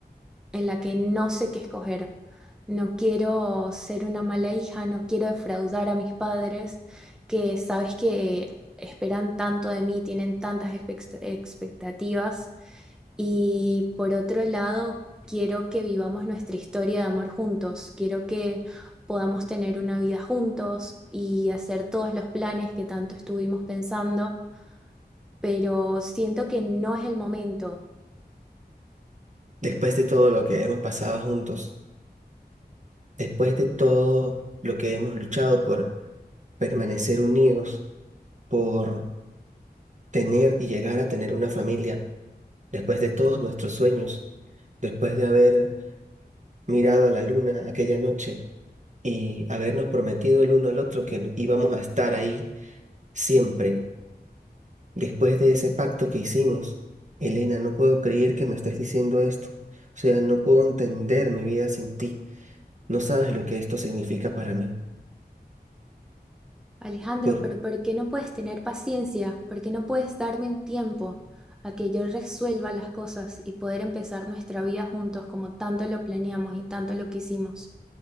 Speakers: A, in the centre; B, on the right.
A: en la que no sé qué escoger. No quiero ser una mala hija, no quiero defraudar a mis padres, que sabes que esperan tanto de mí, tienen tantas expect- expectativas y por otro lado, quiero que vivamos nuestra historia de amor juntos. Quiero que podamos tener una vida juntos y hacer todos los planes que tanto estuvimos pensando, pero siento que no es el momento.
B: Después de todo lo que hemos pasado juntos, después de todo lo que hemos luchado por permanecer unidos, por tener y llegar a tener una familia, después de todos nuestros sueños, después de haber mirado a la luna aquella noche y habernos prometido el uno al otro que íbamos a estar ahí Siempre, después de ese pacto que hicimos, Elena, no puedo creer que me estés diciendo esto. O sea, no puedo entender mi vida sin ti. No sabes lo que esto significa para mí.
A: Alejandro,
B: Por,
A: pero ¿por qué no puedes tener paciencia? ¿Por qué no puedes darme un tiempo a que yo resuelva las cosas y poder empezar nuestra vida juntos como tanto lo planeamos y tanto lo quisimos?